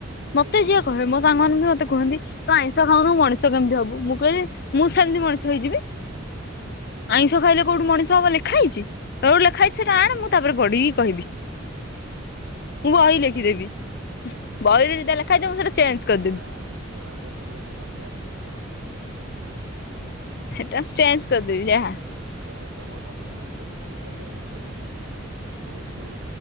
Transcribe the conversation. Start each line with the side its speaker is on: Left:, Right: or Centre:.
Right: କିଏ
Left: ମତେ
Right: କହୁଛି
Left: ଯିଏ କହେ
Right: କିଏ
Left: ମୋ ସାଙ୍ଗ ମାନେ ବି ମତେ କୁହନ୍ତି ତ ଆଇଁଷ ଖାଉନୁ ମଣିଷ କେମିତି ହୋବୁ ମୁଁ କହିଲି ମୁଁ ସେମିତି ମଣିଷ ହେଇଯିବି।
Right: ହହ।
Left: ଇିଁଷ ଖାଇଲେ କୋଉଠୁ ମଣିଷ ହବ ଲେଖା ହେଇଚି କୋଉଠି ଲେଖା ହେଇଚି ସେଇଟା
Right: ଓହୋ
Left: ଆଣେ ମୁଁ ତାପରେ ପଢିକି କହିବି।
Right: ହଁ
Left: ମୁଁ ବହି ଲେଖିଦେବି
Right: ଠିକ ଠିକ
Left: ବହିରେ
Right: ଠିକ
Left: ଯେଟା
Right: ଠିକ
Left: ଲେଖାହେଇଥିବ
Right: ଯାହା ହଉ
Left: ମୁଁ ସେଟା ଚେଞ୍ଜ୍ କରିଦେବି।
Right: ପୁରା ଜଣା ପଡୁଚି ପୁରା ଷ୍ଟ୍ରଙ୍ଗ୍ ଗ୍ୟାନ୍ ଆପଣ।
Left: ହେଟା ଚେଞ୍ଜ୍ କରିଦେବି ଯାହା।
Right: ଯା ହୋଉ ତମ କଥା ଶୁଣି ତ ବହୁତ୍ ଖୁସି ଲାଗୁଚି ଆଉ ଏତେ ବହୁତୁ